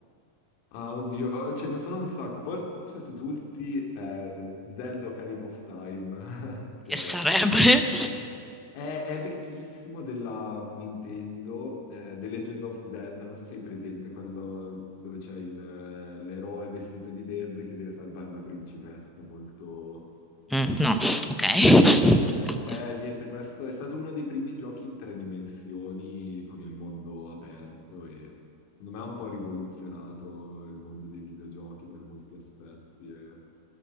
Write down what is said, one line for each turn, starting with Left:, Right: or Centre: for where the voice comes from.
Left: Ah, oddio, ce ne sono un sacco. Forse su tutti eh, Zelda Ocarina of Time, <laughs> che
Centre: Che sarebbe?
Left: è, è vecchissimo della Nintendo, eh, The Legend of Zelda, non so se hai presente, quello dove c'è il, eh, l'eroe vestito di verde che deve salvare la principessa, molto,
Centre: Mm, no,
Left: in
Centre: ok.
Left: breve, ok.
Centre: <laughs>
Left: Eh, niente, questo è stato uno dei primi giochi in tre dimensioni con il mondo aperto e secondo me ha un po' rivoluzionato il mondo dei videogiochi per molti aspetti. e-